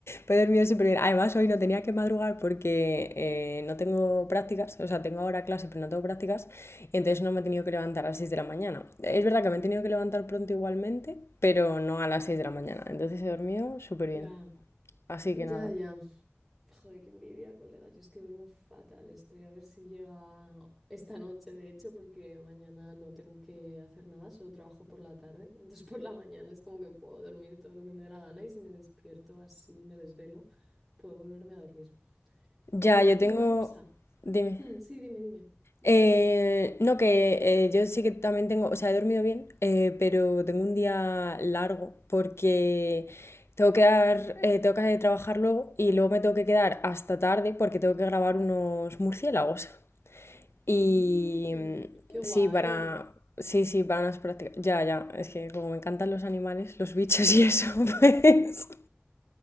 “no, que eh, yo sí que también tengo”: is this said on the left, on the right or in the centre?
Left